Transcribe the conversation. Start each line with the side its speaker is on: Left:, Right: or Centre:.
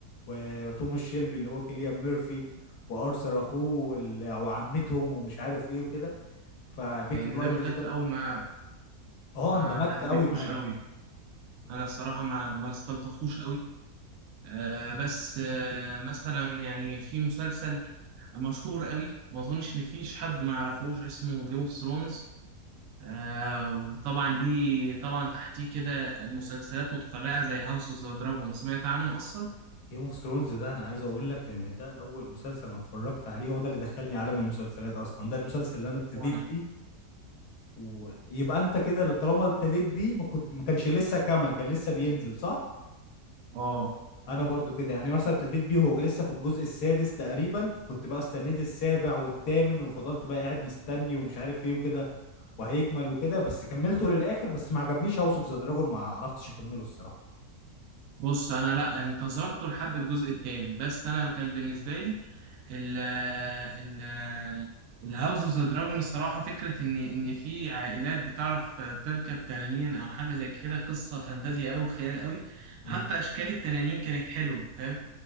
Left: وتوماس شيلبي اللي هو كيليان ميرفي وارثر اخوه وال- وعمتهم ومش عارف ايه وكده فبيكي
Right: يعني
Left: بلايندرز
Right: زي ما قلت لك
Left: ده
Right: في
Left: من...
Right: الاول ما
Left: اه
Right: ما
Left: اندمجت
Right: ما حبيتهوش
Left: قوي معاه
Right: قوي انا الصراحه ما ما استلطفوش قوي آه بس آه مثلا يعني في مسلسل مشهور قوي ما اظنش ان فيش حد ما يعرفوش اسمه جيم اوف ثرونز آه وطبعا ليه طبعا تحتيه كده مسلسلات متفرعه زي هاوس اوف ذا دراجون سمعت عنهم اصلا
Left: جيم اوف ثرونز ده انا عايز اقول لك ان ده اول مسلسل انا اتفرجت عليه هو ده اللي دخلني عالم المسلسلات اصلا ده المسلسل اللي انا ابتديت
Right: وانا
Left: بيه ويبقى انت كده طالما ابتديت بيه ما كنت ما كانش لسه كمل كان لسه بينزل صح
Right: اه
Left: انا برضو كده يعني مثلا ابتديت بيه هو لسه في الجزء السادس تقريبا كنت بقى استنيت السابع والثامن وفضلت بقى قاعد مستني ومش عارف ايه وكده وهيكمل وكده بس كملته للاخر بس ما عجبنيش هاوس اوف ذا دراجون ما عرفتش اكمله الصراحه
Right: بص انا لا انتظرته لحد الجزء الثامن بس انا كان بالنسبه لي ال ال الهاوس اوف ذا دراجون الصراحة فكرة إن إن في عائلات بتعرف تركب تنانين أو حاجة زي كده قصة فانتازيا أوي خيال أوي
Left: مم.
Right: وحتى أشكال التنانين كانت حلوة فاهم